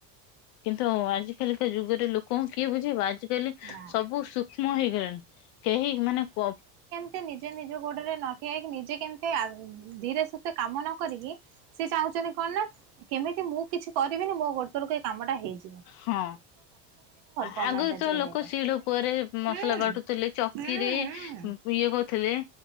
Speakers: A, on the left; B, on the right.
A: କିନ୍ତୁ ଆଜିକାଲିିକା ଯୁଗରେ ଲୋକଙ୍କୁ କିଏ ବୁଝେଇବ ଆଜିକାଲି
B: ନାଁ।
A: ବହୁତ ସୂକ୍ଷ୍ମ ହେଇଗଲେଣି କେହି ମାନେ କ
B: ସେ ନିଜେ ନିଜ ଗୋଡରେ ନ ଠିଆ ହେଇକି ନିଜେ କେମିତି ଆ ଧୀରେ ସୁସ୍ଥେ କାମ ନ କରିକି ସେ ଚାହୁଁଛନ୍ତି କଣ ନା କେମିତି ମୁଁ କିଛି କରିବିନି ମୋ ଗୋଡ଼ ତଳକୁ ଏ କାମ ଟା ହେଇଚି।
A: ହଁ ଆ
B: ପାଉନାହାନ୍ତି
A: ଆଗୁରୁ
B: ଆଜିକା
A: ତ ଲୋକ
B: ଡେଟ୍ ରେ
A: ଶିଳପୁଆରେ
B: ହୁଁ
A: ମସଲା ବାଟୁଥିଲି ଚ
B: ହୁଁ
A: କିିରେ
B: ହୁଁ।
A: ଇଏ କହୁଥିଲେ